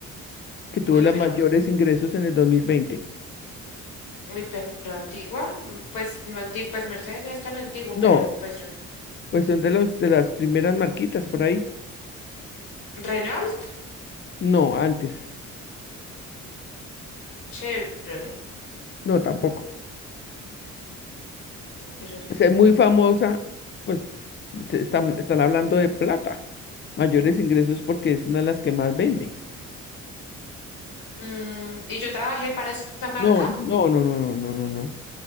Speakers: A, on the left (about 30°); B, on the left (about 65°).
A: que tuvo
B: uy,
A: los
B: pero,
A: mayores
B: an-
A: ingresos en el 2020.
B: uy, pero antigua, mm, pues no antigua, pues Mercedes no es tan antiguo,
A: No,
B: pero pues yo.
A: pues son de los de las primeras marquitas por ahí.
B: Renault,
A: No, antes.
B: Chevrolet.
A: No, tampoco.
B: No, pero ya
A: O sea,
B: no se
A: muy
B: me ocurre.
A: famosa, pues se están, están hablando de plata. Mayores ingresos porque es una de las que más vende.
B: Mm, y yo trabajé para esta marca
A: No, no, no, no, no, no, no, no.